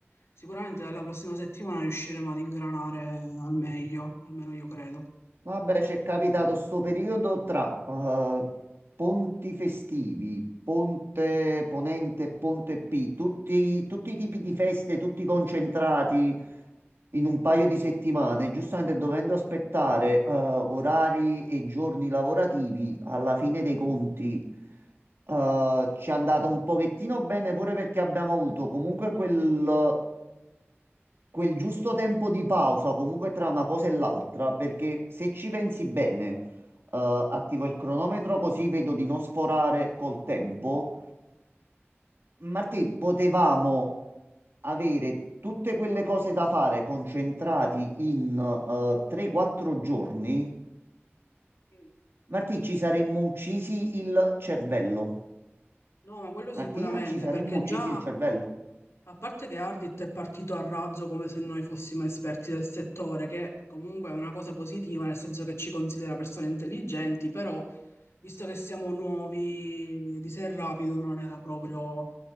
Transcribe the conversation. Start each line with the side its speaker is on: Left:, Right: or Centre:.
Left: sicuramente dalla prossima settimana riusciremo ad ingranare al meglio, almeno io credo.
Right: vabbè, c'è capitato sto periodo tra eh, ponti festivi, Ponte Ponente, Ponte P, tutti, tutti i tipi di feste, tutti concentrati. in un paio di settimane, giustamente dovendo aspettare eh, orari e giorni lavorativi, alla fine dei conti eh, ci è andata un pochettino bene pure perché abbiamo avuto comunque quel, quel giusto tempo di pausa, comunque tra una cosa e l'altra, perché se ci pensi bene, eh, attivo il cronometro così vedo di non sforare col tempo. Martì, potevamo avere tutte quelle cose da fare concentrati in eh, 3-4 giorni.
Left: Mm.
Right: Martì, ci saremmo uccisi il cervello.
Left: No, ma quello
Right: Martina,
Left: sicuramente,
Right: ci saremmo
Left: perché
Right: uccisi
Left: già
Right: il cervello.
Left: A parte che Ardit è partito a razzo come se noi fossimo esperti del settore, che comunque è una cosa positiva, nel senso che ci considera persone intelligenti, però visto che siamo nuovi di sé rapido non era proprio